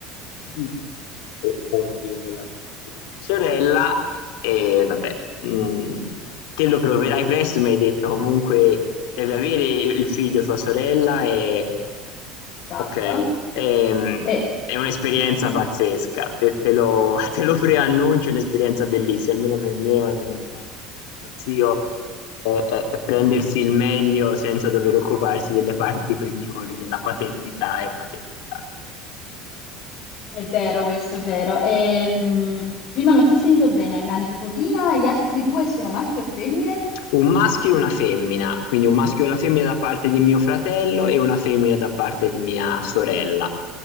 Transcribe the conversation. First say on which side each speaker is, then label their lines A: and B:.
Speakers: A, on the left; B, on the left.
A: fratello e una bimba da parte di mia sorella, e vabbè, mh, te lo proverai presto, mi hai detto comunque devi avere il figlio tua sorella e
B: esatto.
A: Ok, ehm,
B: E-
A: è un'esperienza
B: pri-
A: pazzesca, te, te lo, <laughs> te lo preannuncio, è un'esperienza bellissima, almeno per me è una di quelle cose. Fare lo zio è, è- è prendersi il meglio senza dover occuparsi delle parti peggiori, della paternità e maternità.
B: è vero questo, è vero. Ehm, prima non si è sentito bene, hai una nipotina, gli altri due sono maschi o femmine?
A: Un maschio e una femmina, quindi un maschio e una femmina da parte di mio fratello e una femmina da parte di mia sorella.